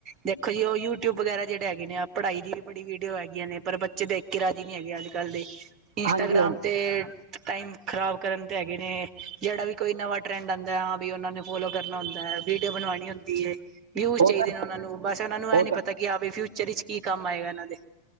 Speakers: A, on the right; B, on the right.
A: ਦੇਖੋ ਜੀ ਓ ਯੂਟਿਊਬ ਵਗੈਰਾ ਜੇੜੇ ਹੈਗੇ ਨੇ ਅਪ ਪਢਾਈ ਦੀ ਵੀ ਬੜੀ ਵੀਡੀਓ ਹੈਗੀਆਂ ਨੇ ਪਰ ਬੱਚੇ ਦੇਖ ਕੇ ਰਾਜੀ ਨੀ ਹੈਗੇ ਆੱਜ-ਕਾੱਲ ਦੇ। ਇੰਸਟਾਗ੍ਰਾਮ
B: ਹਾਂਜੀ ਹਾਂਜੀ
A: ਤੇ ਟਾਈਮ ਖ਼ਰਾਬ ਕਰਨ ਤੇ ਹੈਗੇ ਨੇ, ਜੇੜਾ ਵੀ ਕੋਈ ਨਵਾਂ ਟਰੈਂਡ ਆਂਦੈ ਹਾਂ ਬੀ ਓਨਾਂ ਨੂੰ ਫੋਲੋ ਕਰਨਾ ਹੁੰਦੈ, ਵੀਡੀਓ ਬਨਵਾਨੀ ਹੁੰਦੀ ਏ। ਵਿਊਜ਼
B: ਉਹ
A: ਚਾਈਦੇ
B: ਤਾਂ
A: ਨੇ ਓਨਾਂ ਨੂੰ, ਬਾੱਸ ਓਨਾਂ ਨੂੰ ਐ
B: ਉਹ
A: ਨੀ
B: ਤਾਂ
A: ਪਤਾ ਕਿ ਆ ਬਈ ਫਿਊਚਰ ਵਿੱਚ ਕੀ ਕਾੰਮ ਆਏਗਾ ਐਨਾਂ ਦੇ।